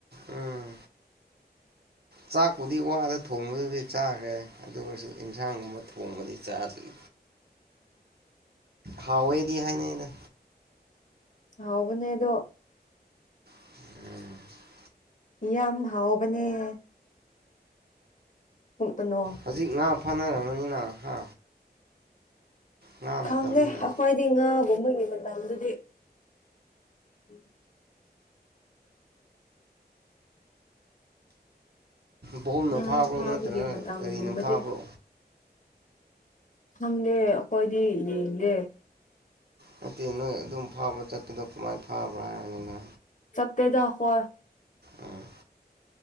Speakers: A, on the right; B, on the left.
A: ꯎꯝ ꯆꯥꯛꯄꯨꯗꯤ ꯋꯥꯗ ꯊꯣꯡꯕꯗꯨꯗꯤ ꯆꯥꯈ꯭ꯔꯦ ꯑꯗꯨꯒꯁꯨ ꯏꯟꯁꯥꯡꯒꯨꯝꯕ ꯊꯣꯡꯕꯗꯤ ꯆꯥꯗ꯭ꯔꯤ ꯍꯥꯎꯋꯦꯗꯤ ꯍꯥꯏꯅꯩꯗ
B: ꯍꯥꯎꯕꯅꯦ ꯑꯗꯣ
A: ꯎꯝ
B: ꯌꯥꯝ ꯍꯥꯎꯕꯅꯦ <unintelligible> ꯅꯣ
A: ꯍꯧꯖꯤꯛ ꯉꯥ ꯐꯥꯅꯔꯝꯃꯅꯤꯅ ꯍꯥ ꯉꯥ
B: ꯈꯪꯉꯦ
A: ꯃꯇꯝꯅꯤꯅ
B: ꯑꯩꯈꯣꯏꯗꯤ ꯉꯥꯒꯨꯝꯕꯒꯤ ꯃꯇꯥꯡꯗꯨꯗꯤ <unintelligible>
A: ꯕꯣꯜꯅ
B: ꯉꯥ
A: ꯐꯥꯕ꯭ꯔꯣ
B: ꯐꯥꯕꯒꯤ
A: ꯅꯠꯇ꯭ꯔꯒ
B: ꯃꯇꯝꯒꯨꯝꯕꯗꯤ
A: ꯀꯔꯤꯅ ꯐꯥꯕ꯭ꯔꯣ
B: ꯈꯪꯗꯦ ꯑꯩꯈꯣꯏꯗꯤ ꯌꯦꯡꯗꯦ
A: ꯅꯠꯇꯦ ꯅꯣꯏ ꯑꯗꯨꯝ ꯐꯥꯕ ꯆꯠꯄꯗꯣ ꯀꯃꯥꯏꯅ ꯐꯥꯕ꯭ꯔꯥ ꯍꯥꯏꯕꯅꯤꯅ
B: ꯆꯠꯇꯦꯗ ꯑꯈꯣꯏ
A: ꯎꯝ